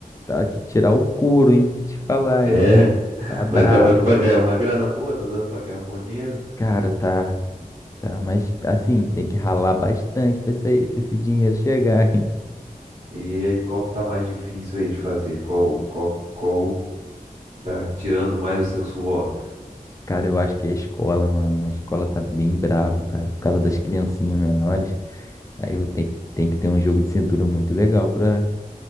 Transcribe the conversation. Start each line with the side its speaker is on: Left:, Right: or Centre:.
Left: tá te tirar o couro, hein? Te falar,
Right: É,
Left: hein? Tá brabo.
Right: Mas tá dando pra ganhar uma grana boa, tá dando pra ganhar um bom dinheiro.
Left: Cara, tá, tá, mas assim, tem que ralar bastante pra esse, pra esse dinheiro chegar, hein?
Right: E aí, qual que tá mais difícil aí de fazer? Qual, qual, qual, tá tirando mais o seu suor?
Left: Cara, eu acho que é a escola, mano. A escola tá bem brabo, cara, por causa das criancinhas menores. Aí eu tenho, que- tenho que ter um jogo de cintura muito legal pra,